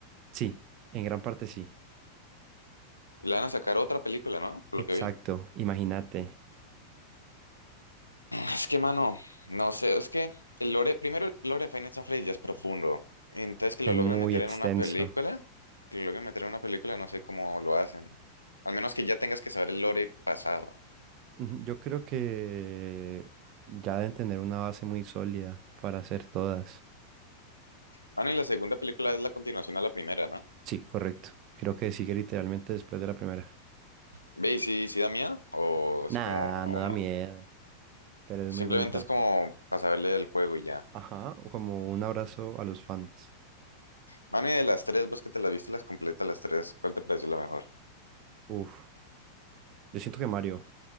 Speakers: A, on the right (about 35°); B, on the left (about 85°).
A: Sí, en gran parte sí.
B: le van a sacar otra película, ¿no? Por lo
A: Exacto,
B: que vi.
A: imagínate,
B: Es que, mano, no sé, es que el lore, primero el lore de Five Nights at Freddy's ya es profundo. Entonces que
A: es
B: lo logren
A: muy
B: meter
A: extenso.
B: en una película, que lo logren meter en una película, no sé cómo lo hacen. Al menos que ya tengas que saber el lore pasado.
A: Ujú, Yo creo que ya deben tener una base muy sólida para hacer todas.
B: Mano, y la segunda película es la continuación a la primera, ¿no?
A: Sí, correcto. Creo que sigue literalmente después de la primera.
B: Ve, ¿y si, si da miedo? ¿O es
A: Nah,
B: como, o
A: no da
B: no?
A: miedo, pero es
B: Simplemente
A: muy bonita.
B: es como para saberle del juego y ya.
A: Ajá, o como un abrazo a los fans.
B: Mano, y de las tres, vos que te las viste las completas las tres, ¿cuál te pareció la mejor?
A: Uf, yo siento que Mario,